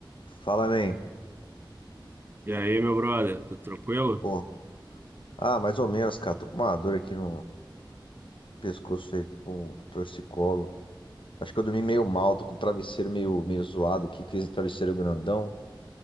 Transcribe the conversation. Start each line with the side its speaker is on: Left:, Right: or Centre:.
Left: Fala, man.
Right: E aí, meu brother, tá tranquilo?
Left: Pô, ah, mais ou menos, cara. Tô com uma dor aqui no pescoço aí com torcicolo. Acho que eu dormi meio mal, tô com o travesseiro meio, meio zoado aqui, que esse travesseiro grandão.